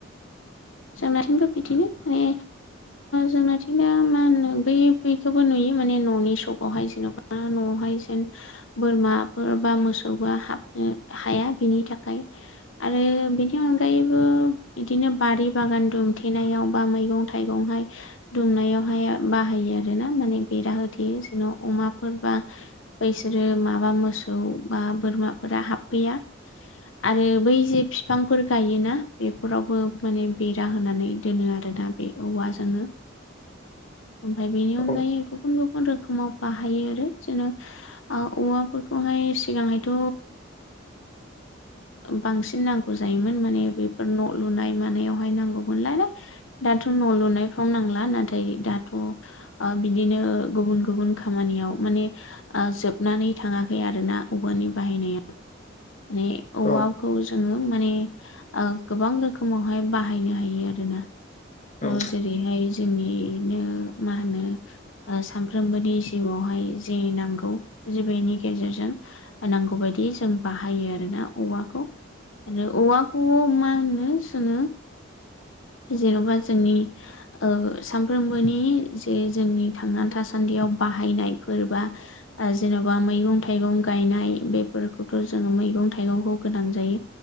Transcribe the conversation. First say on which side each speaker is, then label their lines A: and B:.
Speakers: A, on the left; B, on the left.
A: जोंनाथिंबो बिदिनो माने जोंनाथिंया मा होनो बै खौबो नुयो माने न'नि सकावहाय जेन'बा न'आवहाय जेन बोरमाफोर बा मोसौआ हाबनो हाया बिनि थाखाय आरो बिनि अनगायैबो बिदिनो बारि बागान दुमथेनायाव बा मैगं थाइगंहाय दुमनायावहाय बाहायो आरो ना माने बेरा होथेयो जोंनाव अमाफोर बा बैसोरो माबा मोसौ बा बोरमाफोरा हाबफैया आरो बै जे बिफांफोर गायोना बेफोरावबो माने बेरा होनानै दोनो आरोना बे औवाजोंनो ओमफ्राय बेनि
B: औ
A: अनगायै गुबुन गुबुन रोखोमाव बाहायो आरो जेन' औवाफोरखौहाय सिगांहायथ' बांसिन नांगौ जायोमोन माने बेफोर न' लुनाय मानायाव बेहाय नांगौमोनलाय दाथ' न' लुनायफ्राव नांला नाथाय दाथ' बिदिनो गुबुन गुबुन खामानियाव माने जोबनानै थाङाखै आरोना औवानि बाहायनाया माने
B: औ
A: औवाखौ जोङो माने गोबां रोखोमावहाय बाहायनो हायो आरोना थ'
B: औ
A: जेरैहाय जोंनिनो मा होनो सानफ्रोमबोनि जिउआवहाय जि नांगौ जिबिनि गेजेरजों नांगौ बायदि जों बाहायो आरो ना औवाखौ आरो औवाखौबो मा होनो जोङो जेन'बा जोंनि ओ सानफ्रोमबोनि जे जोंनि थांनानै थासान्दियाव बाहायनायफोर बा ओ जेन'बा मैगं थाइगं गायनाय बेफोरखौथ' जोङो मैगं थाइगंखौ गोनां जायो